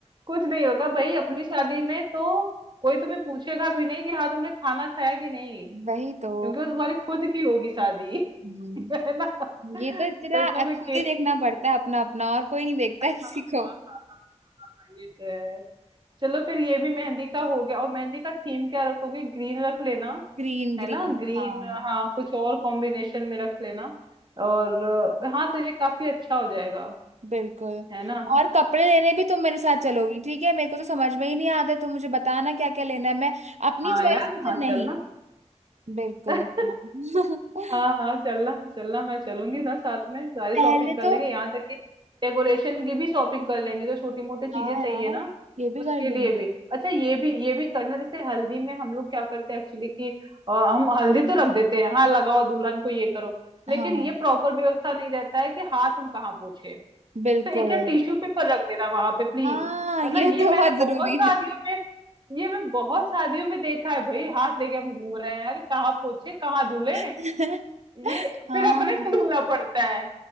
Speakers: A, on the right; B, on the right.
A: कुछ नहीं होगा भाई अपनी शादी में तो कोई तुम्हें पूछेगा भी नहीं कि हाँ तुमने खाना खाया कि नहीं
B: वही
A: क्योंकि
B: तो
A: वो तुम्हारी खुद की होगी शादी
B: हम्म,
A: <laughs> है ना तो
B: ये तो तेरा
A: इतना कोई केयर
B: खुद ही देखना
A: नहीं करता
B: पड़ता है अपना
A: है
B: अपना और कोई नहीं देखता
A: हाँ
B: है किसी
A: हाँ
B: को
A: हाँ हाँ, ये तो है चलो फिर ये भी मेहंदी का हो गया और मेहंदी का थीम क्या रखोगी ग्रीन रख लेना
B: ग्रीन
A: है
B: ग्रीन
A: ना ग्रीन
B: हाँ
A: हाँ कुछ और कॉम्बिनेशन में रख लेना और अ, हाँ तो ये काफी अच्छा हो जाएगा
B: बिल्कुल
A: है ना
B: और कपड़े लेने भी तुम मेरे साथ चलोगी ठीक है मेरे को तो समझ में ही नहीं आता तो मुझे बताना क्या क्या लेना है मैं अपनी
A: हाँ
B: चॉइस
A: यार
B: में
A: हाँ
B: तो नहीं
A: चलना
B: बिल्कुल
A: <laughs>
B: हाँ <laughs>
A: हाँ हाँ चलना चलना मैं चलूंगी ना साथ में सारी
B: पहले
A: शॉपिंग कर
B: तो
A: लेंगे यहाँ तक कि डेकोरेशन की भी शॉपिंग कर लेंगे जो छोटी मोटी चीजें
B: हाँ
A: चाहिए
B: यार
A: ना
B: ये भी
A: उसके
B: कर लेंगे
A: लिए भी अच्छा ये भी ये भी करना जैसे हल्दी में हम लोग क्या करते हैं एक्चुअली कि अ, हम हल्दी तो रख देते हैं हाँ लगाओ दुल्हन को ये करो लेकिन
B: हाँ
A: ये प्रॉपर व्यवस्था नहीं रहता है कि हाथ हम कहाँ पोंछे
B: बिल्कुल
A: तो एक यार टिश्यू पेपर रख देना वहां पे प्लीज
B: हाँ
A: है ना
B: ये
A: ये
B: तो
A: मैंने
B: बहुत जरूरी
A: बहुत शादियों
B: है
A: में ये मैं बहुत शादियों में देखा है भाई हाथ लेके हम घूम रहे हैं अरे कहाँ पोछे कहाँ धुले
B: <laughs>
A: ये
B: हाँ
A: फिर अपने से
B: हाँ,
A: धुलना पड़ता है